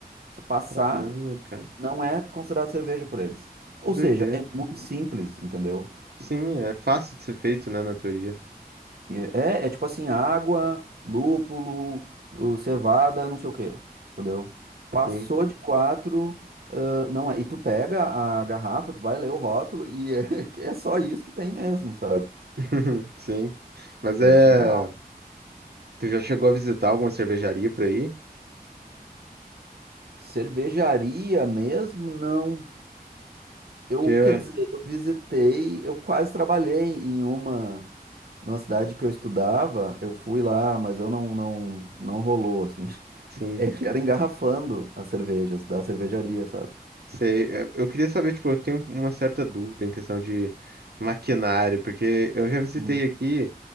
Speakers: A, on the right; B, on the right.
A: Se passar,
B: Caramba, cara,
A: não é considerado cerveja por eles. Ou
B: que doideira.
A: seja, é muito simples, entendeu?
B: Sim, é fácil de ser feito, né, na teoria.
A: E É, é tipo assim, água, lúpulo, uh, cevada, não sei o quê, entendeu? Passou
B: Sim,
A: de quatro, uh, não é. E tu pega a garrafa, tu vai ler o rótulo e é, <laughs> é só isso que tem mesmo, sabe?
B: <laughs> sim. Mas
A: É
B: é.
A: surreal.
B: Tu já chegou a visitar alguma cervejaria por aí?
A: Cervejaria mesmo, não. Eu,
B: Que, é-
A: quer dizer, eu visitei, eu quase trabalhei em uma, numa cidade que eu estudava, eu fui lá, mas eu não, não, não rolou, assim. <laughs>
B: sim,
A: É que era engarrafando as cervejas da cervejaria, sabe?
B: sei. É, Eu queria saber, tipo, eu tenho uma certa dúvida em questão de maquinário, porque eu já visitei
A: Hum,
B: aqui,